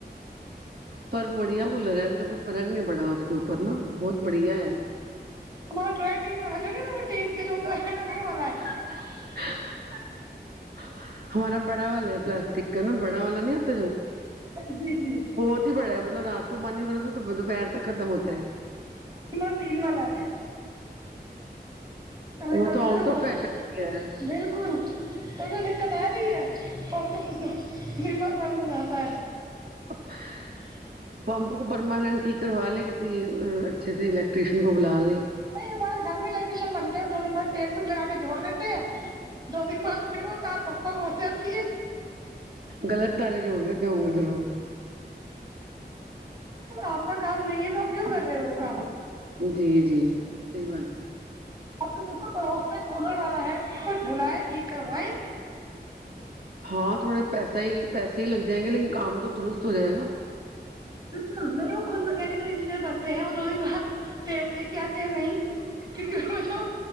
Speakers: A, on the right; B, on the right.
A: پر بڑھیا کولر ہے ابھی تو کوئی فرق نہیں پڑا اس کے اوپر نا بہت بڑھیا ہے
B: ہمارا ڈوین والا جو ہے نا نا وہ تین کے جو تو ہے نا وہ والا ہے
A: <inaudible> ہمارا بڑا والا ہے پلاسٹک کا نا بڑا والا نہیں آتا جو
B: جی جی
A: بہت ہی بڑا ہے مطلب رات کو پانی بھرا تھا دوپہر تک ختم ہوتا ہے
B: نا تین والا ہے <unintelligible>
A: وہ تو آؤٹ آف فیشن ہو گیا ہے
B: بالکل داکت آ رہی ہے <unintelligible> من مت بند ہوجاتا
A: ہاں پمپ کو پرماننٹ ہی کروا لے کسی اچھے سے الیکٹریشین کو بلا لے
B: نہیں ہمارے گھر میں الیکٹشن بنتے ہیں دو دن بعد ٹیپ ٹوپ لگا کے جوھڑ دیتے ہیں دو دن بعد پھر وہ <unintelligible>
A: غلط تارے جوڑ دیتے ہوں گے پھر وہ
B: آپ کا کام نہیں ہے تو کیوں کر رہے ہو وہ کام
A: جی جی صحی بات ہے
B: اپ تو بال پڑوس میں کولر والا ہے بلائے ٹھیک کروائے
A: ہاں تھوڑے پیسہ ہی پیسے ہی لگ جائیں گے لیکن کام تو درست ہو جائے گا
B: بالکل نہیں وہ خود میکینکل انجینئر بنتے ہیں وہ دو دن بعد ٹیپ لے کے آتے ہیں نہیں کیونکہ وہ جو